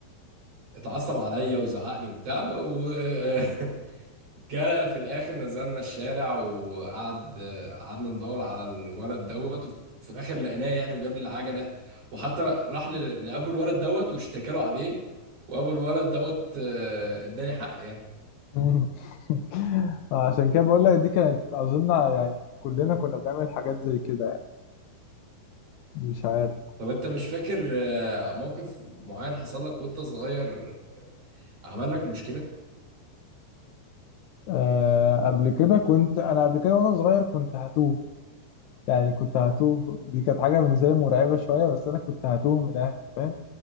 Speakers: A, on the right; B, on the left.
A: اتعصب عليا وزعق لي وبتاع وجرى <laughs> في الاخر نزلنا الشارع وقعد آه، قعدنا ندور على الولد دوت وفي الاخر لقيناه يعني وجاب لي العجلة وحتى راح ل- لابو الولد دوت واشتكى له عليه وابو الولد دوت آه، اداني حق يعني
B: مم. <laughs> عشان كده بقول لك دي كانت اظن يعني كلنا كنا بنعمل حاجات زي كده يعني مش عارف
A: طب انت مش فاكر آه، موقف معين حصل لك وانت صغير عمل لك مشكلة
B: آه قبل كده كنت انا قبل كده وانا صغير كنت هتوه يعني كنت هتوه دي كانت حاجه بالنسبه لي مرعبه شويه بس انا كنت هتوه من اهلي فاهم